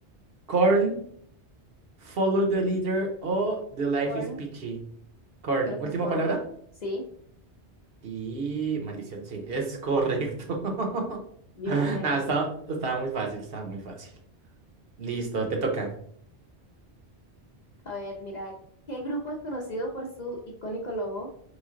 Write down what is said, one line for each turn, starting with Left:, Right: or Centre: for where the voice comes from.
Right: Korn, Follow the Leader o The Life
Left: Korn,
Right: is Peachy. Korn,
Left: creo que
Right: última
Left: es Korn.
Right: palabra.
Left: Sí,
Right: Y maldición, sí, es correcto. <laughs>
Left: vive
Right: Nada,
Left: el nu metal.
Right: estaba, estaba muy fácil, estaba muy fácil. Listo, te toca.
Left: A ver, mira, ¿qué grupo es conocido por su icónico logo